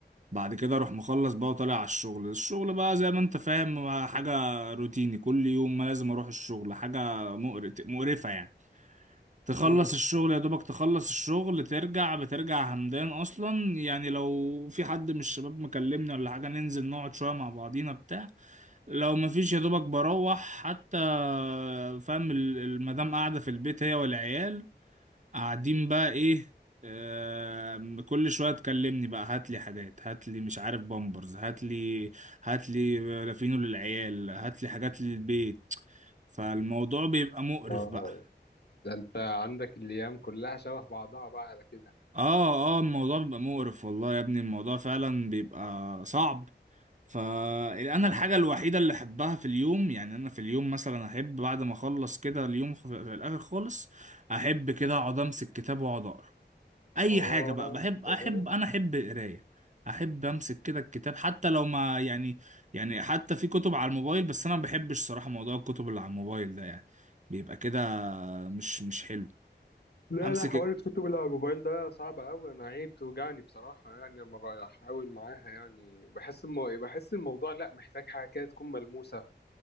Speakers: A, on the right; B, on the left.
A: بعد كده اروح مخلص بقى وطالع على الشغل الشغل بقى زي ما انت فاهم حاجة روتيني كل يوم ما لازم اروح الشغل حاجة مقرف مقرفة يعني تخلص
B: امم
A: الشغل يا دوبك تخلص الشغل ترجع بترجع همدان اصلا يعني لو في حد من الشباب مكلمني ولا حاجة ننزل نقعد شوية مع بعضينا بتاع لو مفيش يا دوبك بروح حتى فاهم ال- المدام قاعدة في البيت هي والعيال قاعدين بقى ايه آم، كل شويه تكلمني بقى هات لي حاجات هات لي مش عارف بامبرز هات لي هات لي لافينو للعيال هات لي حاجات للبيت فالموضوع بيبقى مقرف
B: اه
A: بقى
B: ده انت عندك الايام كلها شبه بعضها بقى على كده
A: اه اه الموضوع بيبقى مقرف والله يا ابني الموضوع فعلا بيبقى صعب فانا الحاجه الوحيده اللي احبها في اليوم يعني انا في اليوم مثلا احب بعد ما اخلص كده اليوم في في الاخر خالص احب كده اقعد امسك كتاب واقعد اقرا اي
B: اه
A: حاجه بقى بحب احب
B: تمام
A: انا احب القرايه احب امسك كده الكتاب حتى لو ما يعني يعني حتى في كتب على الموبايل بس انا ما بحبش صراحه موضوع الكتب اللي على الموبايل ده يعني بيبقى كده مش مش حلو
B: لا
A: امسك
B: لا حوار الكتب اللي على الموبايل ده صعب قوي انا عيب توجعني بصراحه يعني لما بحاول معاها يعني بحس الم... بحس الموضوع لا محتاج حاجه كده تكون ملموسه